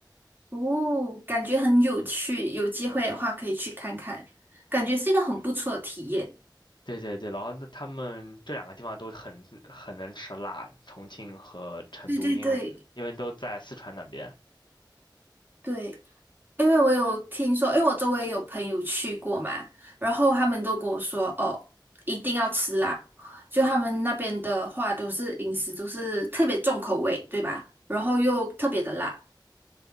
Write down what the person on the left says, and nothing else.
对对对，然后那他们这两个地方都很很能吃辣，重庆和成都，
因为因为都在四川那边。